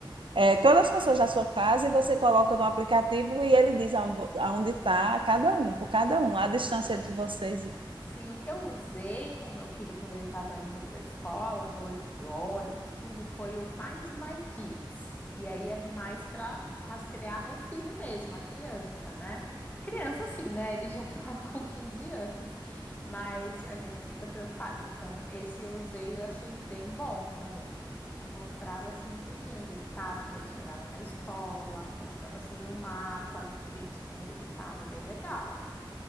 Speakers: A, on the right; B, on the left.
A: é, todas as pessoas da sua casa e você coloca no aplicativo e ele diz aonde está cada um,
B: sim.
A: por cada
B: sim.
A: um, a distância
B: O que,
A: entre vocês,
B: Sim, o que eu usei com o meu filho quando ele estava indo para a escola, à noite de ônibus, tudo foi o Find My Kids. E aí é mais para rastrear o filho mesmo, a criança, né? Criança, sim, né? Ele já tá <laughs> com 15 anos, mas a gente fica preocupado. Então, esse eu usei, e eu achei bem bom também. Mostrava assim tudinho onde ele estava quando ele chegava na escola, mostrava assim no mapa direitinho onde ele estava, bem legal.